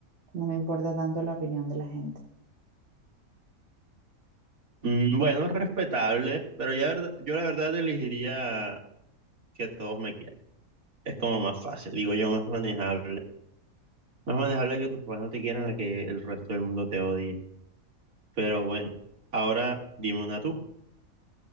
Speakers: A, on the right (about 50°); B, on the right (about 80°).
A: no me importa tanto la opinión de la gente.
B: Mm, Bueno, respetable, pero ya verdad- yo la verdad elegiría que todos me quieran. Es como más fácil, digo yo, más manejable. Más manejable que tus padres no te quieran a que el resto del mundo te odie. Pero bueno, ahora dime una tú.